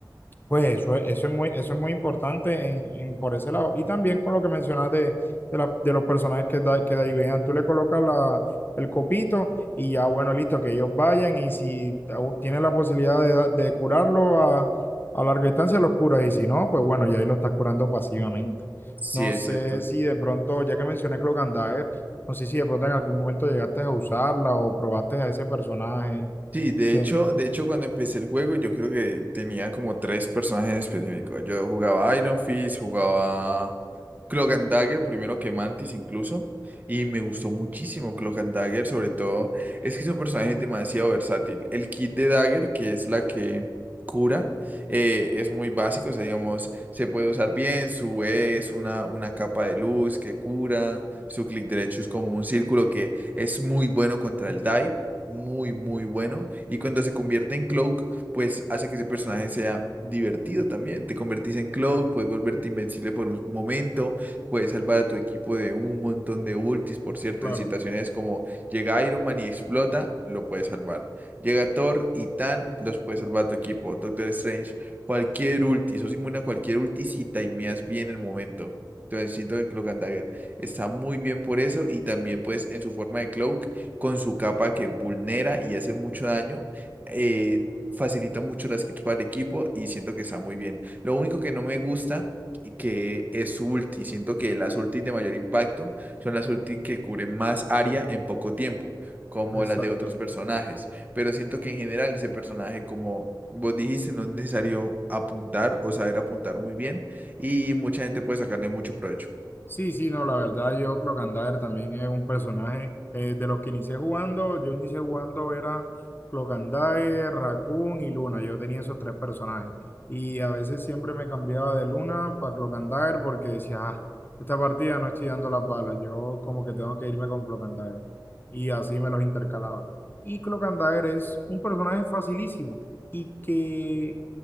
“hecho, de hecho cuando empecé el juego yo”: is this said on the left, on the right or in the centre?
Right